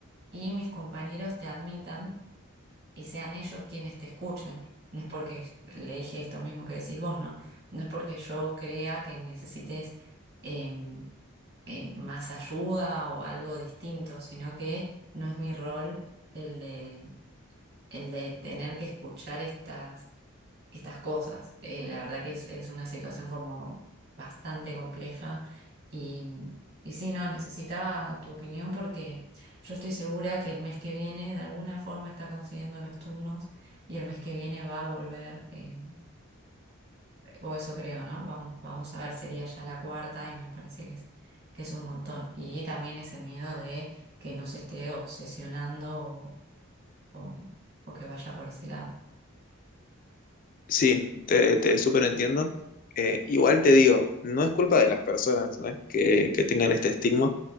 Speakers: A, on the right (about 50°); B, on the left (about 40°).
A: y mis compañeros te admitan y sean ellos quienes te escuchen. No es porque le dije esto mismo que decís vos, ¿no? No es porque yo crea que necesites em, em, más ayuda o algo distinto, sino que no es mi rol el de, el de tener que escuchar estas estas cosas. Eh, la verdad que es, es una situación como bastante compleja y, y sí, no, necesitaba tu opinión porque yo estoy segura que el mes que viene de alguna forma está consiguiendo los turnos y el mes que viene va a volver, eh, o eso creo, ¿no? Vamos, vamos a ver, sería ya la cuarta y me parece que es, que es un montón. Y también ese miedo de que no se esté obsesionando o, o o que vaya por ese lado.
B: Sí, te, te súper entiendo. Eh, igual te digo, no es culpa de las personas, ¿no? que, que tengan este estigma.